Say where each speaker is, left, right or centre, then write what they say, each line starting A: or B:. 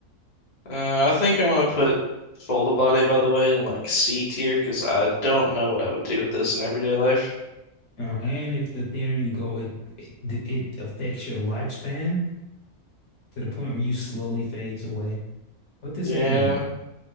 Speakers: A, on the left (about 35°); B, on the left (about 55°).
A: Uh, I think I want to put Fold a Body by the way in like C tier because I don't know what I would do with this in everyday life.
B: Oh, and if the thinner you go, it it, it affects your lifespan to the point where you slowly fades away. What does
A: Yeah,
B: that mean?